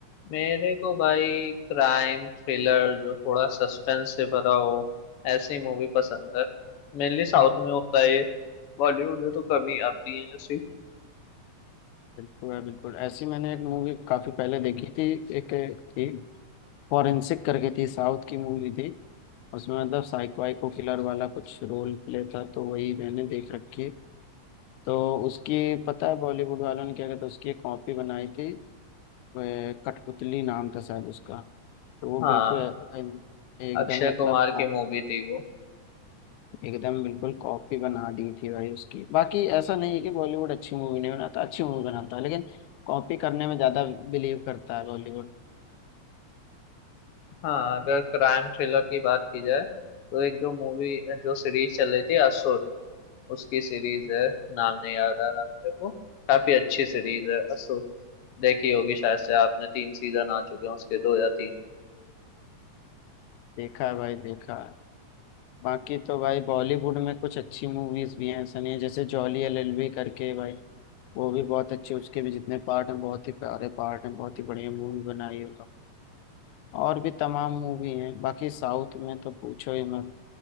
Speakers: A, on the left; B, on the left.
A: मेरे को भाई क्राइम थ्रिलर जो थोड़ा सस्पेंस से भरा हो ऐसी मूवी पसंद है मेनली साउथ में होता है ये बॉलीवुड में तो कम ही आती है ऐसी
B: बिल्कुल है बिल्कुल ऐसी मैंने एक मूवी काफी पहले देखी थी एक थी फॉरेंसिक करके थी साउथ की मूवी थी उसमें मतलब साइको वाइको किलर वाला कुछ रोल प्ले था तो वही मैंने देख रखी है तो उसकी पता है बॉलीवुड वालों ने क्या कहता उसकी एक कॉपी बनाई थी वो, कठपुतली नाम था शायद उसका तो वो
A: हाँ
B: बिल्कुल अ- एकदम
A: अक्षय
B: मतलब
A: कुमार की मूवी थी वो
B: एकदम बिल्कुल कॉपी बना दी थी भाई उसकी बाकी ऐसा नहीं है कि बॉलीवुड अच्छी मूवी नहीं बनाता अच्छी मूवी बनाता है लेकिन कॉपी करने में ज्यादा बिलीव करता है बॉलीवुड
A: हाँ अगर क्राइम थ्रिलर की बात की जाए तो एक जो मूवी जो सीरीज चल रही थी असुर उसकी सीरीज है नाम नहीं याद आ रहा मेरे को काफी अच्छी सीरीज है असुर देखी होगी शायद से आपने तीन सीजन आ चुके हैं उसके दो या तीन
B: देखा है भाई देखा है बाकी तो भाई बॉलीवुड में कुछ अच्छी मूवीज भी हैं ऐसा नहीं है जैसे जॉली एलएलबी करके भाई वो भी बहुत अच्छी उसके भी जितने पार्ट हैं बहुत ही प्यारे पार्ट हैं बहुत ही बढ़िया मूवी बनाई है और भी तमाम मूवी हैं बाकी साउथ में तो पूछो ही मत